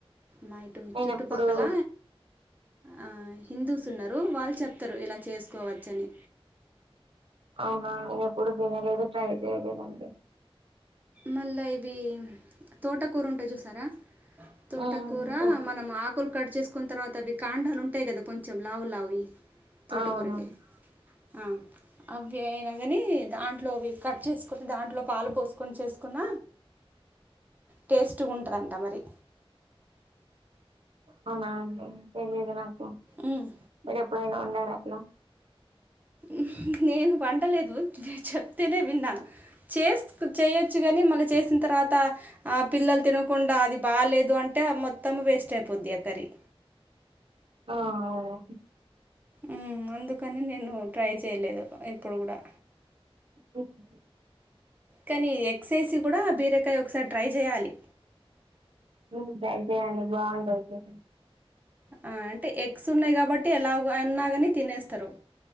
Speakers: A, on the right; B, on the right.
A: మా ఇటు
B: నేను
A: చుట్టుపక్కల
B: ఎప్పుడు
A: ఆ హిందూస్ ఉన్నారు వాళ్ళు చెప్తరు ఇలా చేసుకోవచ్చని
B: అవునా నేను ఎప్పుడు వినలేదు ట్రై చేయలేదండి
A: మళ్ళా ఇవి తోటకూర ఉంటయ్ చూసారా తోటకూర
B: హ్మ్ తోటి
A: మనం ఆకులు కట్ చేస్ కున్ తర్వాత అవి కాండాలు ఉంటాయి గదా కొంచెం లావు లావుయి తోటకూరకె
B: అవునండి
A: ఆ అవి అయినా గనీ దాంట్లోవి కట్ చేసుకొని దాంట్లో పాలు పోసుకొని చేసుకున్న టేస్ట్గా ఉంటదంట మరి
B: అవునా అండి తెలియదు నాకు
A: ఉమ్,
B: మీరు ఎప్పుడైనా వొండార అట్లా
A: ఉహ్ నేను వంటలేదు జె చెప్తేనే విన్నాను చేస్కు చేయొచ్చు గాని మళ్ళి చేసిన్ తర్వాత ఆ పిల్లల్ తినకుండా అది బాలేదు అంటే అ మొత్తం వేస్ట్ అయిపోద్ది అ కర్రీ
B: ఆ అవును
A: ఉమ్ అందుకని నేను ట్రై చేయలేదు ఇప్పుడు గుడా
B: ఇప్పు ఉన్ను
A: కనీ ఎగ్స్ ఏసీ కూడా బీరకాయ్ ఒకసార్ ట్రై జేయాలి
B: నువ్ ట్రై చేయండి బావుంటది కర్రీ
A: ఆ అంటే ఎగ్స్ ఉన్నాయి కాబట్టి ఎలాగూ అన్నా గాని తినేస్తరు